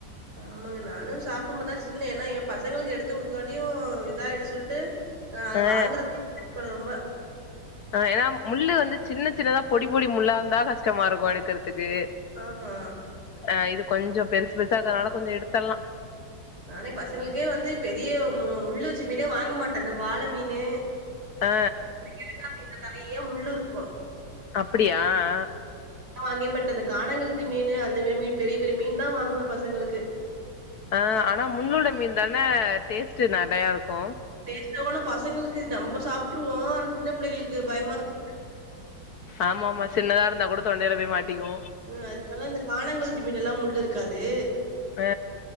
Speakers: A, on the right (about 60°); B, on the left (about 60°).
A: ஆமாங்க நானு சாப்புடும்பாத்தா சின்ன ஏனா எ பசங்களுக்கு எடுத்து குடுக்ககாட்டியு இதா ஆயுடு சொல்ட்டு நா அது
B: ஆ
A: வாங்குறதுக்கே இல்ல இப்ப ரொம்ப
B: அ ஏனா முள்ளு வந்து சின்ன சின்னதா பொடி பொடி முள்ளா இருந்தா கஷ்டமா இருக்கு எடுக்குறதுக்கு
A: ஆமா
B: ஆ இது கொஞ்சோ பெருசு பெருசா இருக்குறனால கொஞ்சோ எடுத்தட்லா
A: நானே பசங்களுக்கே வந்து பெரிய மு முள்ளு வச்ச மீனே வாங்க மாட்ட இந்த வாள மீனு
B: ஆ
A: இந்த கெழங்கா மீன்ல நறைய முள்ளுருக்கு
B: அப்படியா ஆ
A: நா வாங்கே மாட்ட இந்த கானங்கழுத்தி மீனு அந்த மாரி மீன் பெரிய பெரிய மீன் தா வாங்குவ பசங்களுக்கு
B: ஆ ஆனா முள்ளோட மீன் தான டேஸ்ட்டு நிறைய இருக்கு
A: டேஸ்ட்கானும் பசங்களுக்கு நம்ப சாப்ட்டுருவோ ஆன சின்ன புள்ளைங்களுக்கு பயமா இரு
B: ஆமாமா சின்னதா இருந்தா கூட தொண்டைல போய் மாட்டிக்கு
A: ம் அதனால இந்த கானங்கெளுத்தி மீன்னல்லா முள்ளுருக்காது
B: ஆ